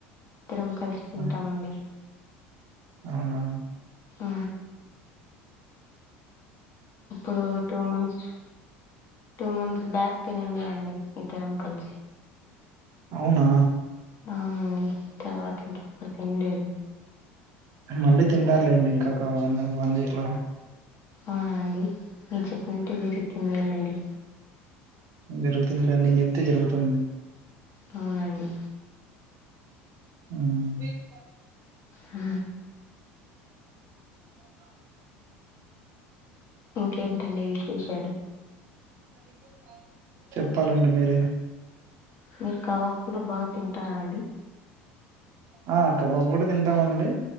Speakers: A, on the left; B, on the right.
A: ఇద్దరము కలిసి తింటాం
B: ఆ!
A: అండి
B: అవునా
A: ఉ ఇప్పుడు two months two months back తినింది అండి ఇద్దరము కలిసి
B: అవునా
A: ఉ తర్వాత ఇంకెప్పుడు తినలేదు
B: మళ్లీ తింటారు లేండి ఇంకొక వన్ వీక్ లో
A: అవునండి మీరు చెప్పినట్టే జరుగుతుంది లేండి
B: జరుగుతుంది నేను చెప్తే జరుగుతుంది
A: అవునండి
B: అ ఉ
A: ఉ
B: ఉ హ
A: ఇంకేంటండి విశేషాలు
B: అ చెప్పాలండి మీరే
A: మీరు కబాబ్ కూడా బాగా తింటారా అండి
B: ఆ కబాబు కూడా తింటామండి